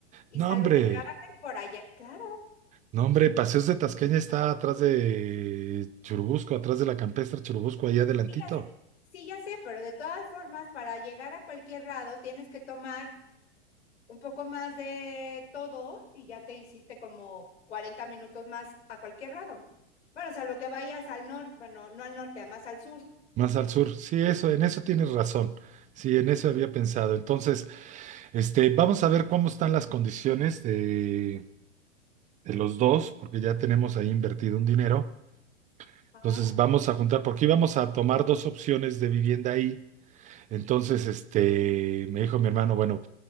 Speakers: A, on the left; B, on the right.
A: y
B: No,
A: salvo
B: hombre,
A: que trabajen por allá, claro.
B: no, hombre, Paseos de Tasqueña está atrás de Churubusco, atrás de la campestre Churubusco, ahí adelantito,
A: Sí, ya sé, sí, ya sé, pero de todas formas, para llegar a cualquier lado tienes que tomar un poco más de todo y ya te hiciste como 40 minutos más a cualquier lado. Bueno, salvo que vayas al norte, bueno, no al norte, a más al sur.
B: más al sur. Sí, eso, en eso tienes razón. Sí, en eso había pensado. Entonces, este, vamos a ver cómo están las condiciones de, de los dos, porque ya tenemos ahí invertido un dinero.
A: Ah.
B: Entonces, vamos a juntar, porque íbamos a tomar dos opciones de vivienda ahí. Entonces, este, me dijo mi hermano, bueno,